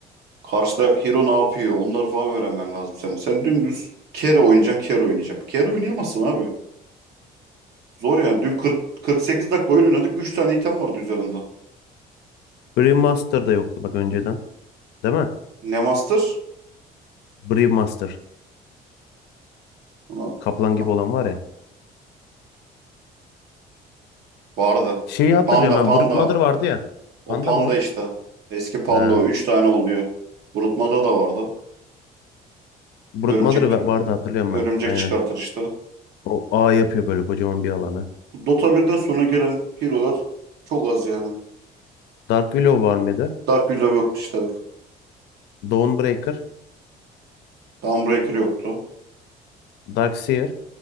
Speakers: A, on the right; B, on the left.
A: Karşıda hero ne yapıyor. Onları falan öğrenmen lazım senin. Sen dümdüz kere oynayacağım, kere oynayacağım. Kere oynayamazsın abi. Zor yani. Dün kırk 48 dakika oyun oynadık. üç tane item vardı üzerinde.
B: Brewmaster da yoktu bak önceden. Değil mi?
A: Ne master?
B: Brewmaster.
A: Ona...
B: Kaplan gibi
A: Ah,
B: olan var ya.
A: vardı.
B: Şeyi hatırlıyorum
A: Panda
B: ben.
A: panda.
B: Brute Mother vardı ya.
A: O
B: Panda
A: panda
B: mı o?
A: işte. Eski panda
B: He.
A: o. Üç tane oluyor. Brute Mother da vardı.
B: Brute
A: Örümcek
B: Mother va- vardı hatırlıyorum
A: örümcek
B: ben. Aynen.
A: çıkartır işte.
B: O ağ yapıyor böyle kocaman bir alanı.
A: Dota 1'den sonra gelen hero'lar çok az yani.
B: Dark Willow var mıydı?
A: Dark Willow yoktu işte.
B: Dawnbreaker.
A: Dawnbreaker yoktu.
B: Darkseer.